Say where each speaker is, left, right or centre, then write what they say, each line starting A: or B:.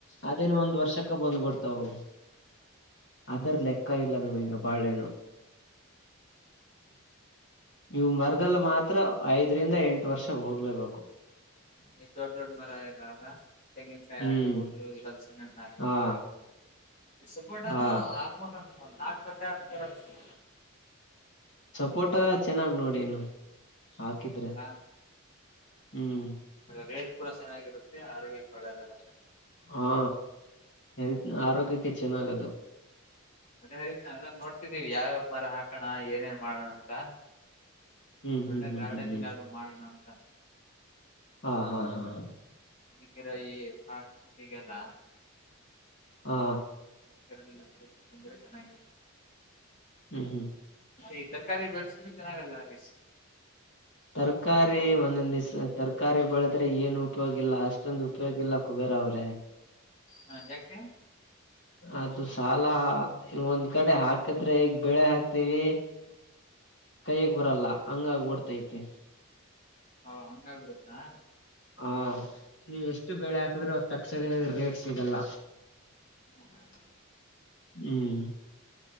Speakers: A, on the left; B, on the left.
A: ಅದೇನು ಒಂದು ವರ್ಷಕ್ಕ ಬಂದ್ ಬಿಡ್ತವು ಅದರ ಲೆಕ್ಕ ಇಲ್ಲ ಬಾಳೆಹಣ್ಣು ಯು ಮರದಲ್ಲಿ ಮಾತ್ರ ಐದರಿಂದ ಎಂಟು ವರ್ಷ ಹೋಗಲೇಬೇಕು
B: ದೊಡ್ಡ ದೊಡ್ಡ ಮರ ಅದಾ ತೆಂಗಿನಕಾಯಿ
A: ಹ್ಮ್
B: ಆಗಿರಬಹುದು ಇಲ್ಲ ಹಲಸಿನ ಹಣ್ಣು ಆಗಿರಬಹುದು
A: ಹಾ
B: ಸಪೋಟನ್ನು
A: ಹಾ
B: ಅಲ್ಪಾಕ ನಾಲ್ಕು ವರ್ಷ ಆಯ್ತು
A: ಫೋಟೋ ಚೆನ್ನಾಗಿ ನೋಡಿ ಇನ್ನು ಹಾಕಿದ್ರೆ
B: ಅಲ್ಲಾ
A: ಹ್ಮ್
B: ರೇಟ್ ಕೂಡ ಚೆನ್ನಾಗಿರುತ್ತೆ ಆರೋಗ್ಯಕ್ಕೆ ಒಳ್ಳೆದಲ್ಲ
A: ಹಾ ಹೆಲ್ತ್ ಆರೋಗ್ಯಕ್ಕೆ ಚೆನ್ನಾಗದು
B: ಅದೇ ಹರಿಷ ಎಲ್ಲ ನೋಡ್ತಿದ್ದೀವಿ ಯಾವ್ಯಾವ ಮರ ಹಾಕೋಣ ಏನೇನ್ ಮಾಡೋಣ ಅಂತ
A: ಹ್ಮ್
B: ಅಂದ
A: ಹ್ಮ್
B: ಒಳ್ಳೆ
A: ಹ್ಮ್
B: ಗಾರ್ಡನಿಂಗ್
A: ಹ್ಮ್ ಹ್ಮ್
B: ಆದ್ರರು ಮಾಡೋಣ ನಾನು ಹ
A: ಹಾ ಹಾ ಹಾ ಹಾ
B: ಈಗಿರ ಈ ಫಾಸ್ಟ್ ಫುಡ್ಗೆಲ್ಲ
A: ಹಾ
B: ಕೆರಂದರೆ ಚೆನ್ನ
A: ಹ್ಮ್ ಹ್ಮ್
B: ಈ ತರಕಾರಿ ಬೆಳ ಚೆನ್ನಾಗಲ್ಲ ರೀ
A: ತರಕಾರಿ ಒಂದ ಿಸ್ ತರಕಾರಿ ಬೆಳದ್ರೆ ಏನು ಉಪಯೋಗಿಲ್ಲ ಅಷ್ಟೊಂದು ಉಪಯೋಗಿಲ್ಲ ಕುಬೇರ ಅವ್ರೆ
B: ಹ ಯಾಕೆ
A: ಅದು ಸಾಲ ಈಗ ಒಂದ್ ಕಡೆ ಹಾಕಿದ್ರೆ ಈಗ ಬೆಳೆ ಹಾಕ್ತೀವಿ ಕೈಗೆ ಬರಲ್ಲ ಹಂಗ ಆಗ್ಬಿಡ್ತೈತಿ ಕ
B: ಹ ಹಂಗಾಗಿಬಿಡತ್ತಾ
A: ಹಾ ನೀವ ಎಷ್ಟು ಬೆಳೆ ಹಾಕದ್ರರು ತಕ್ಷಣ ರೇಟ್ ಸಿಗಲ್ಲ
B: ಹ ಹ
A: ಹ್ಮ್